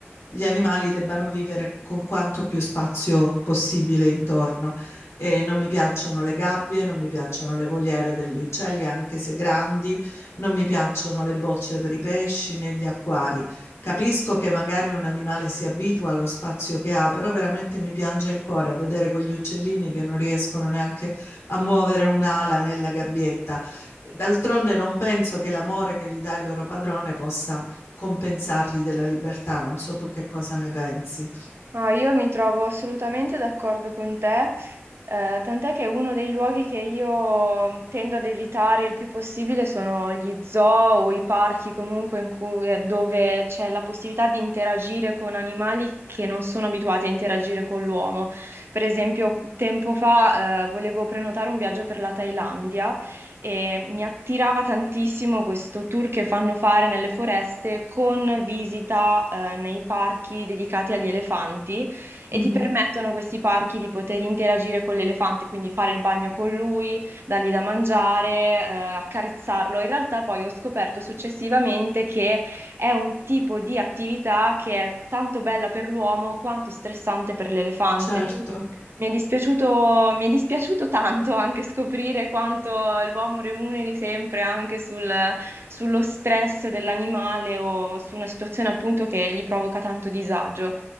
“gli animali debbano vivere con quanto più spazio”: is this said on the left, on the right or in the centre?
Left